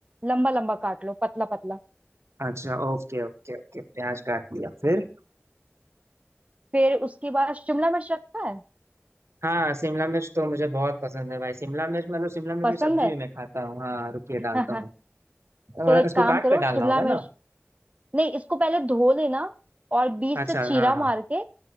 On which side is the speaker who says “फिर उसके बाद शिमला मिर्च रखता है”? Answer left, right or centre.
Right